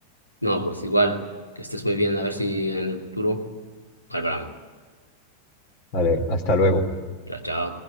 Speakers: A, on the left (about 85°); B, on the left (about 45°).
A: No, pues igual, que estés muy bien, a ver si en el futuro hablamos.
B: Vale, hasta luego.
A: Chao, chao.